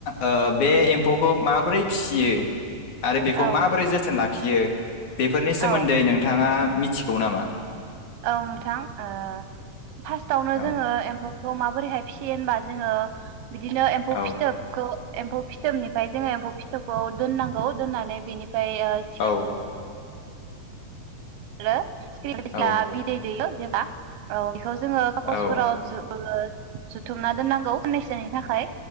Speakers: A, on the left; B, on the right.
A: ओ बे एम्फौखौ माबोरै फिसियो आरो बेखौ
B: औ
A: माबोरै जोथोन ला खियो बेफोरनि सोमोन्दै
B: औ
A: नोंथाङा मि थिगौ नामा?
B: औ नोंथां ओ फार्स्टआवनो
A: औ
B: जोङो एम्फौ खौ बोरैहाय फिसियो होनबा जोङो बिदिनो एम्फौ
A: औ
B: फिथोबखौ एम्फौ फिथोबनिफ्राय जोङो एम्फौ फिथोबखौ दोननांगौ बेनिफ्राय फाय ओ
A: औ
B: <unintelligible> <unintelligible>
A: औ
B: बिदै दैयो एबा औ बेखौ जोङो कागसफोराव
A: औ
B: जोंङो जुथुमना दोननांगौ खाननैसोनि थाखाय